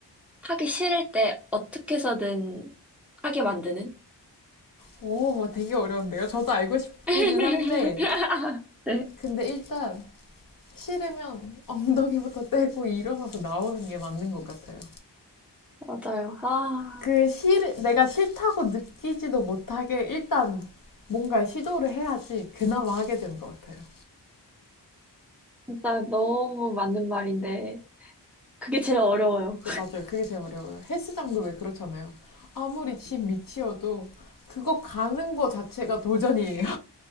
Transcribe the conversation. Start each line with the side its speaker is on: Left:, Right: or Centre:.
Centre: 하기 싫을 때 어떻게 해서든 하게 만드는?
Left: 오, 뭐 되게 어려운데요. 저도 알고 싶기는
Centre: <laughs>
Left: 한데,
Centre: 네,
Left: 근데 일단 싫으면 <laughs> 엉덩이부터 떼고 일어나서 나오는 게 맞는 것 같아요.
Centre: 맞아요. 아,
Left: 그 싫, 내가 싫다고 느끼지도 못하게 일단 뭔가 시도를 해야지 그나마 하게 되는 것 같아요.
Centre: 진짜 너무 맞는 말인데, 그게 제일 어려워요.
Left: 그 맞아요. 그게 제일 어려워요. 헬스장도 왜 그렇잖아요. 아무리 집 밑이어도 그거 가는 거 자체가 도전이에요.